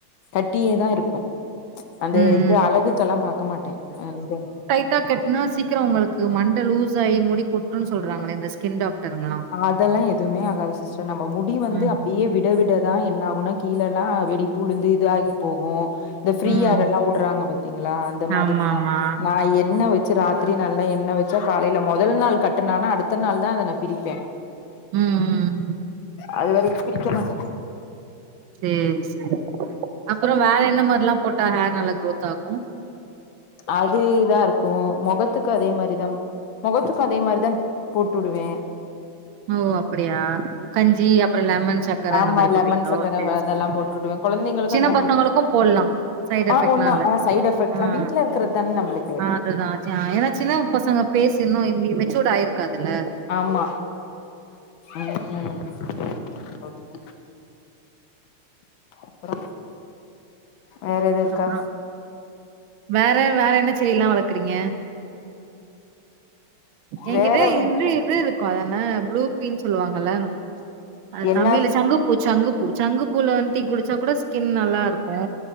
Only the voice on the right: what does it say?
ம்
ம்
ட்டா கெட்னா சீக்கிரோ உங்கள்க்கு மண்ட லூஸ் ஆயி முடி கொட்டுன் சொல்றாங்ளே அந்த ஸ்கின் டாக்டர்ங்ளா
ம்
ம்
ஆமா ஆமா
ம் ம் ம்
சேரி செரி அப்பற வேற என்ன மாரில்லா போட்டா ஹேர் நல்லா க்ரோத் ஆகு
ஓ அப்படியா கஞ்சி அப்பற லெமன் சக்கர
அந்த மாரி போடுவீங்களோ
செரி
செரி
சின்ன
பசங்களுக்கு
போட்லா சைட்
எஃபெக்ட்லா
இல்ல
ஆமா
மா அதுதா ஏனா சின்ன பசங்க ஃபேஸ் இன்னு மெச்சூர்ட் ஆயிருக்காதுல்ல
அப்புறோ வேற வேற என்ன செடில்லா வளக்குறீங்க என்கிட்ட
இந்வி இது இருக்கு அதென்ன ப்ளூ ஃபீ சொல்லுவாங்கல்ல அது
தமிழ்ல சங்குப்பூ சங்குப்பூ சங்கு பூல வந்து டீ குடுச்சா கூட ஸ்கின் நல்லாருக்கு